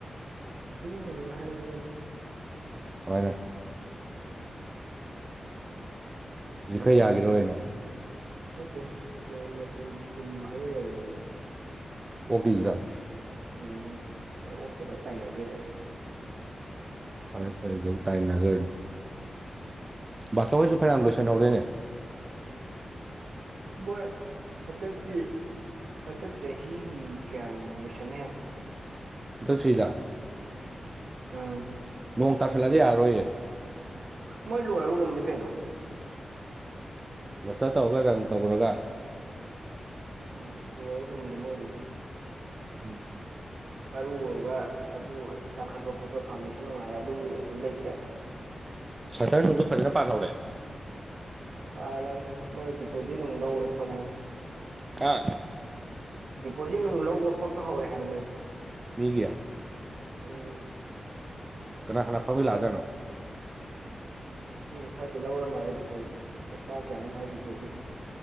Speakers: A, on the right (about 70°); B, on the right (about 25°).
A: ꯀꯣꯗꯤ ꯌꯦꯡꯕꯗꯨꯗ ꯍꯥꯏꯔꯝꯃꯤꯗ
B: ꯀꯃꯥꯢꯅ ꯍꯧꯖꯤꯛ
A: ꯃꯔꯟ
B: ꯈꯔ ꯌꯥꯒꯤꯔꯣꯏꯅ
A: ꯃꯇꯨꯝ ꯅꯠꯇꯦ ꯃꯔꯟ ꯃꯇꯨꯝ ꯇꯨꯝ ꯍꯥꯏꯕ ꯂꯩꯌꯦꯅ
B: ꯑꯣꯀꯤꯜꯗ
A: ꯎꯝ ꯑꯣꯛꯇꯣ ꯂꯣꯏ ꯇꯥꯏꯅꯈ꯭ꯔꯦꯗꯅ
B: ꯐꯔꯦ ꯐꯔꯦ ꯇꯥꯏꯅꯒꯔ ꯕꯥꯁꯣꯍꯣꯏꯁꯨ ꯐꯌꯥꯝ ꯂꯣꯏꯁꯤꯟꯍꯧꯔꯦꯅꯦ
A: ꯃꯣꯏ ꯍꯥꯏꯇꯞꯀꯤ ꯍꯗꯛ ꯆꯍꯤꯒꯤ ꯀꯌꯥꯗꯅꯣ ꯂꯣꯏꯁꯅꯤ
B: ꯊꯛꯁꯤ꯭ꯔꯤꯗ
A: ꯑꯥꯝ
B: ꯅꯣꯡ ꯇꯁꯤꯜꯂꯗꯤ ꯌꯥꯔꯣꯏꯌꯦ
A: ꯃꯣꯏ ꯂꯣꯏꯔꯕꯒꯨꯝꯅꯤ ꯀꯩꯅꯣ
B: ꯀ꯭ꯂꯁꯇꯔ ꯇꯧꯔꯒ ꯔꯪ ꯇꯧꯈꯨꯔꯒ
A: ꯎꯝ ꯂꯣꯢ ꯒꯨꯝꯕꯅꯤ ꯃꯣꯏ
B: ꯎꯝ ꯎꯝ
A: ꯃꯔꯨ ꯑꯣꯏꯕ ꯑꯗꯨ ꯆꯥꯡꯈꯠꯄ ꯈꯣꯠꯄ ꯐꯥꯎꯟꯗꯦꯁꯟ ꯅꯨꯡ ꯍꯥꯏ ꯑꯗꯨꯒꯤ ꯑꯗꯨ ꯂꯩꯇ꯭ꯔꯦ
B: ꯁꯇꯔ ꯅꯨꯡꯗꯣ ꯐꯖꯅ ꯄꯥꯟꯍꯧꯔꯦ
A: ꯄꯥꯜꯂꯕꯅꯦ ꯃꯣꯏ ꯗꯤꯄꯣꯖꯤꯠ ꯅꯨꯡ ꯂꯧꯔꯦ ꯈꯣꯠꯂꯦꯅ
B: ꯍꯥ
A: ꯗꯤꯄꯣꯖꯤꯠ ꯅꯨꯡ ꯂꯧꯕ ꯈꯣꯠꯄ ꯍꯧꯔꯦ ꯍꯥꯏꯕꯅꯦꯕ
B: ꯃꯤꯒꯤ
A: ꯎꯝ
B: ꯀꯅꯥ ꯀꯅꯥ ꯐꯝꯕꯤ
A: ꯂꯨꯄꯥ
B: ꯂꯛꯑꯖꯥꯠꯅꯣ
A: ꯃꯤ ꯈꯔꯗꯤ ꯂꯧꯔ ꯃꯥꯜꯂꯦ ꯗꯤꯄꯣꯖꯤꯠ ꯂꯨꯄꯥ ꯀꯌꯥ ꯍꯥꯏ ꯗꯤꯄꯣꯖꯤꯠ